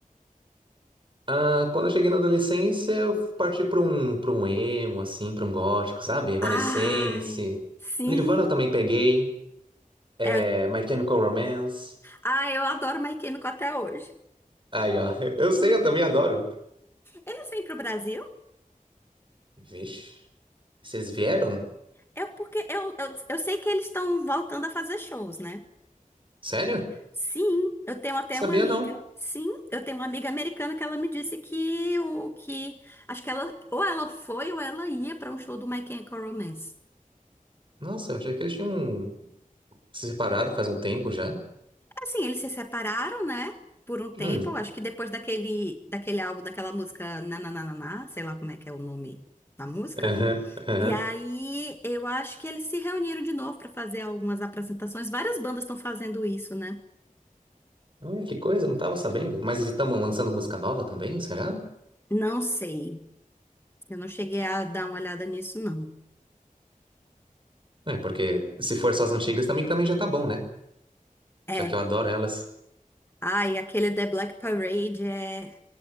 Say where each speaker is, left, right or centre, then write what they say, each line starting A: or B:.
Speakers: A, on the right (about 35°); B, on the left (about 15°).
A: Ah, quando eu cheguei na adolescência, eu parti para um, para um emo, assim, para um gótico, sabe? Evanescence.
B: Ai, sim.
A: Nirvana eu também peguei. É,
B: É,
A: My Chemical Romance.
B: ah, eu adoro My Chemical até hoje.
A: Aí, ó. <laughs> Eu sei, eu também adoro.
B: Eles vêm pro Brasil?
A: Vixe. Vocês vieram?
B: É porque eu, eu, eu sei que eles estão voltando a fazer shows, né?
A: Sério?
B: Sim, eu tenho até
A: Sabia
B: uma amiga.
A: não.
B: Sim, eu tenho uma amiga americana que ela me disse que o que acho que ela ou ela foi ou ela ia pra um show do My Chemical Romance.
A: Nossa, eu achei que eles tinham se separado faz um tempo já.
B: Assim, eles se separaram, né? Por um tempo,
A: Hum.
B: eu acho que depois daquele daquele álbum, daquela música Nananana, sei lá como é que é o nome da música.
A: Aham, aham.
B: E aí, eu acho que eles se reuniram de novo pra fazer algumas apresentações. Várias bandas estão fazendo isso, né?
A: Olha que coisa, eu não tava sabendo. Mas eles estão lançando música nova também, será?
B: Não sei. Eu não cheguei a dar uma olhada nisso, não.
A: É, porque se for só as antigas também, pra mim já tá bom, né?
B: É.
A: Já que eu adoro elas.
B: Ai, aquele The Black Parade é,